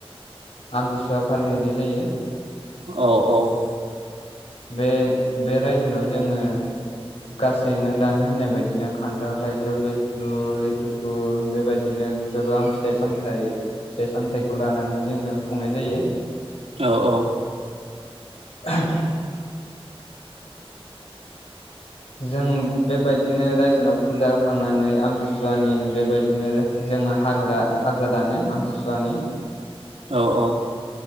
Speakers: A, on the left; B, on the right.
A: आमथिसुवा फालिहैनाय जायो
B: औ औ
A: बे बे रायजोनाव जोङो गासै नों दानि होननाय बायदिनो खानथाल थाइजौ लिथु लेथुखु बेबायदिनो गोबां फिथाइ सामथाय फिथाइ सामथायखौ लानानै जोङो खुंनाय जायो
B: औ औ
A: <unintelligible> जों बेबायदिनो रायजोनाव फुजा होखांनानै आमथि सुवानि बेबायदिनो जोङो हाग्रा हाग्रा दानो आमथि सुवानि
B: औ औ